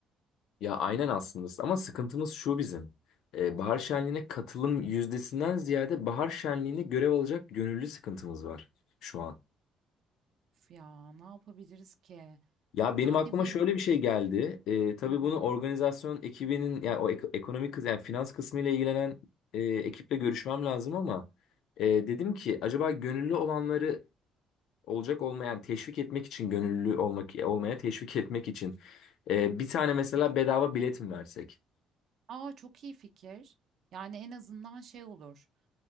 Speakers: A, on the left; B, on the right.
A: Ya aynen aslında ama sıkıntımız şu bizim. Ee, bahar şenliğine katılım yüzdesinden ziyade bahar şenliğine görev alacak gönüllü sıkıntımız var şu an.
B: Üf ya ne yapabiliriz ki?
A: Ya benim
B: Yani
A: aklıma
B: bir...
A: şöyle bir şey geldi. Ee, tabii
B: Hı hı.
A: bunu organizasyon ekibinin yani o ek- ekonomik kız yani finans kısmı ile ilgilenen e, ekiple görüşmem lazım ama e, dedim ki acaba gönüllü olanları olacak olmayan yani teşvik etmek için gönüllü olmak olmaya teşvik etmek için e, bir tane mesela bedava bilet mi versek?
B: Aa çok iyi fikir. Yani en azından şey olur.